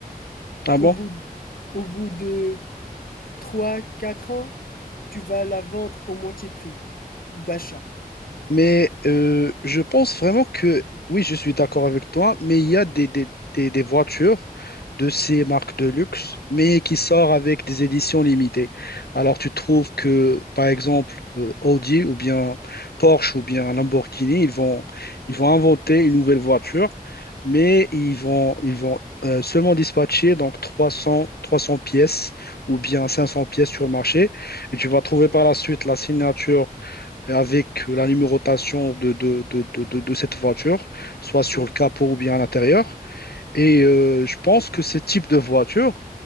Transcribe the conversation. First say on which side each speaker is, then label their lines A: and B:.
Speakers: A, on the left; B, on the left.
A: Ah bon?
B: Au bout, au bout de trois quatre ans, tu vas la vendre au moitié prix d'achat.
A: Mais euh, je pense vraiment que, oui, je suis d'accord avec toi, mais il y a des, des, des, des voitures de ces marques de luxe, mais qui sortent avec des éditions limitées. Alors tu trouves que, par exemple, euh, Audi ou bien Porsche ou bien Lamborghini, ils vont, ils vont inventer une nouvelle voiture, mais ils vont, ils vont euh, seulement dispatcher donc trois cents, trois 300 pièces ou bien 500 pièces sur le marché. Et tu vas trouver par la suite la signature avec la numérotation de, de, de, de, de- de cette voiture, soit sur
B: Oui,
A: le capot ou bien à l'intérieur. Et euh, je pense que ce type de voiture,